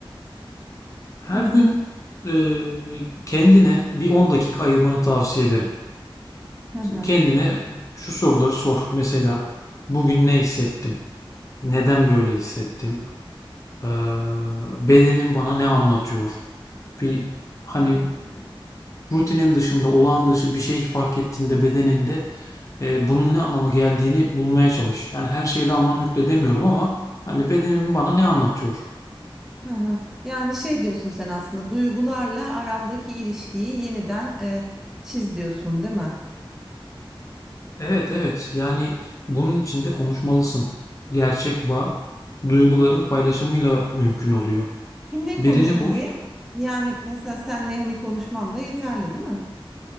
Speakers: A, on the left; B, in the centre.
A: Her
B: Aa,
A: gün e, kendine bir 10 dakika ayırmanı tavsiye ederim.
B: hı hı.
A: Kendine şu soruları sor. Mesela bugün ne hissettim? Neden böyle hissettim? Ee, bedenim bana ne anlatıyor? Bir hani rutinin dışında, olağan dışı bir şey fark ettiğinde bedeninde e, bunun ne anlama geldiğini bulmaya çalış. Yani her şeye de anlam yükledemiyorum ama hani bedenim bana ne anlatıyor?
B: Hı hı. Yani şey diyorsun sen aslında duygularla arandaki ilişkiyi yeniden e, çiz diyorsun değil mi?
A: Evet, evet. Yani bunun için de konuşmalısın. Gerçek bağ duyguların paylaşımıyla mümkün oluyor.
B: Kimle
A: Birini
B: konuşmalıyım?
A: bul,
B: Yani mesela senle hani konuşmam da yeterli değil mi?